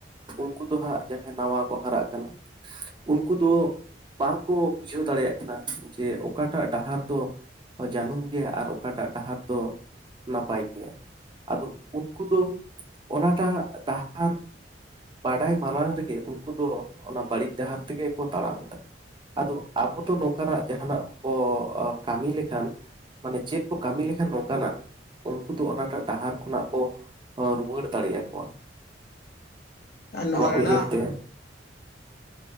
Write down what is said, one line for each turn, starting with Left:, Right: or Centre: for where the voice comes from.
Right: ᱩᱱᱠᱩ ᱫᱚ ᱦᱟᱸᱜ ᱡᱟᱦᱟᱸᱭ ᱱᱟᱣᱟ ᱠᱚ ᱦᱟᱨᱟᱜ ᱠᱟᱱᱟ ᱩᱱᱠᱩ ᱫᱚ ᱵᱟᱝᱠᱚ ᱵᱩᱡᱷᱟᱹᱣ ᱫᱟᱲᱮᱭᱟᱜ ᱠᱟᱱᱟ ᱡᱮ ᱚᱠᱟᱴᱟᱜ ᱰᱟᱦᱟᱨ ᱫᱚ ᱡᱟᱹᱱᱩᱢ ᱜᱮᱭᱟ ᱟᱨ ᱚᱠᱟᱴᱟᱜ ᱰᱟᱦᱟᱨ ᱫᱚ ᱱᱟᱯᱟᱭ ᱜᱮᱭᱟ ᱟᱫᱚ ᱩᱱᱠᱩ ᱫᱚ ᱚᱱᱟᱴᱟᱜ ᱰᱟᱦᱟᱨ ᱵᱟᱰᱟᱭ ᱢᱟᱲᱟᱝ ᱨᱮᱜᱮ ᱩᱱᱠᱩ ᱫᱚ ᱚᱱᱟ ᱵᱟᱹᱲᱤᱡ ᱰᱟᱦᱟᱨ ᱛᱮᱜᱮ ᱠᱚ ᱛᱟᱲᱟᱢ ᱮᱫᱟ ᱟᱫᱚ ᱟᱵᱚ ᱫᱚ ᱱᱚᱝᱠᱟᱱᱟᱜ ᱡᱟᱦᱟᱱᱟᱜ ᱵᱚ ᱠᱟᱹᱢᱤ ᱞᱮᱠᱷᱟᱱ ᱢᱟᱱᱮ ᱪᱮᱫ ᱠᱚ ᱠᱟᱹᱢᱤ ᱞᱮᱠᱷᱟᱱ ᱱᱚᱝᱠᱟᱱᱟᱜ ᱩᱱᱠᱩ ᱫᱚ ᱚᱱᱟᱴᱟᱜ ᱰᱟᱦᱟᱨ ᱠᱷᱚᱱᱟᱜ ᱠᱚ ᱨᱩᱣᱟᱹᱲ ᱫᱟᱲᱮ ᱟᱠᱠᱚᱣᱟ
Left: ᱟᱨ ᱱᱚᱣᱟ
Right: ᱟᱢᱟᱜ
Left: ᱨᱮᱱᱟᱜ
Right: ᱩᱭᱦᱟᱹᱨ ᱛᱮ